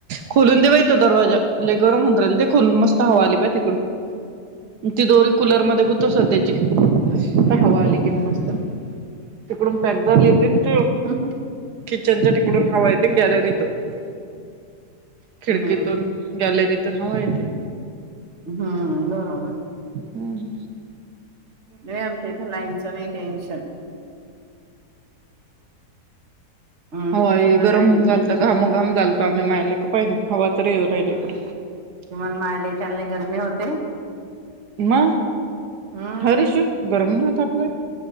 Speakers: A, on the right (about 80°); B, on the right (about 45°).
A: खोलून दे व्हय. दरवाजा लय गरम होऊन राहिल दे खोलून मस्त हवा आली पाय तिकडून ती दोरी कुलर मध्ये गुत सध्याची हवा आली की मस्त तिकडून पॅक झाली काय?
B: हम ह
A: किचनच्या तिकडून हवा येत गॅलरीतून. खिडकीतून
B: हम्म
A: गॅलरीतून हवा येते.
B: हम्म बरोबरं
A: हम्
B: नाही आमच्या इथं लाईनचं नाही टेन्शन हम्म
A: हवा
B: ते
A: हे
B: सुलं
A: गरम
B: लाईन
A: झालत घाम- घाम झालत आम्ही मायलेक पाहि ना हवा तरी ये राहिल इकड
B: तुम्हाला माय लेकानले गरमी होते
A: म
B: हम्म.
A: हरशू गरम ना - आपला